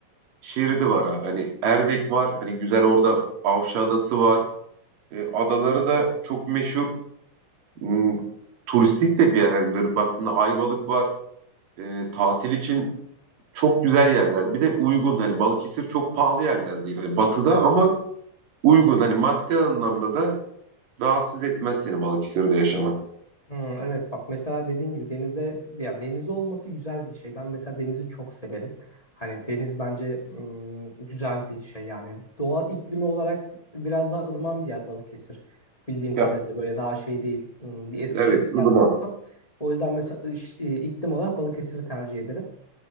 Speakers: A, on the right (about 80°); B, on the left (about 20°).
A: şeridi var abi. Hani Erdek var. Hani güzel orada Avşa Adası var. E, adaları da çok meşhur. Hmm, turistik de bir yer. Hani böyle baktığında Ayvalık var. E, tatil için çok güzel yerler. Bir de uygun hani Balıkesir çok pahalı yerler değil. Hani batıda ama uygun hani maddi anlamda da rahatsız etmez seni Balıkesir'de yaşamak.
B: Hmm, evet bak mesela dediğin gibi denize yani denize olması güzel bir şey. Ben mesela denizi çok severim. Hani deniz bence hmm, güzel bir şey yani. Doğa iklimi olarak biraz daha ılıman bir yer Balıkesir. Bildiğim kadarıyla
A: Ya,
B: böyle daha şey değil. Hmm, bir Eskişehir'i
A: evet
B: kıyaslarsam.
A: ılıman.
B: O yüzden mesela iş- e, iklim olarak Balıkesir'i tercih ederim.